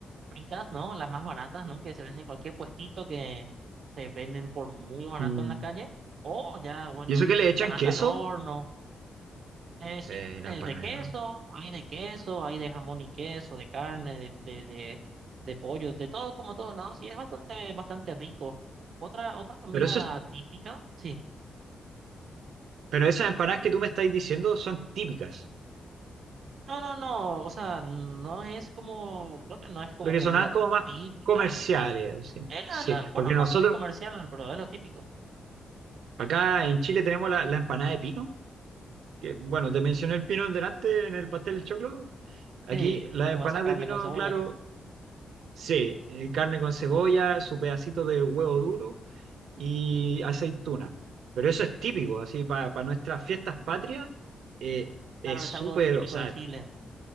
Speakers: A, on the right; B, on the right.
A: fritas, ¿no? Las más baratas, ¿no? Que se venden en cualquier puestito que se venden por muy barato
B: Mm.
A: en la calle. O ya, bueno,
B: ¿Y eso que
A: las
B: le echan
A: empanadas
B: queso?
A: al horno Eh,
B: Sí,
A: sí, de,
B: la empanada.
A: de queso, hay de queso, hay de jamón y queso, de carne, de, de, de, de pollo, de todo como todos lados, sí, es bastante, bastante rico. Otra, otra comida
B: Pero eso es-
A: típica, sí.
B: pero esas empanadas que tú me estás diciendo son típicas.
A: No, no, no, o sea, no es como, creo que no es como
B: Porque
A: comida
B: sonaban como más
A: típica.
B: comerciales, así.
A: Es
B: Sí,
A: la, la- bueno,
B: porque
A: no
B: nosotros
A: sé de comercial, pero es lo típico.
B: acá en Chile tenemos la, la empanada de pino, que bueno, te mencioné el pino delante en el pastel de choclo. Aquí
A: Sí,
B: las
A: como
B: empanadas
A: esa carne
B: de pino,
A: con cebolla,
B: claro,
A: ¿no?
B: sí, eh, carne con cebolla, su pedacito de huevo duro y aceituna. Pero eso es típico, así, para nuestras fiestas patrias, eh, es
A: Claro,
B: súper,
A: es algo típico
B: o sea,
A: de Chile.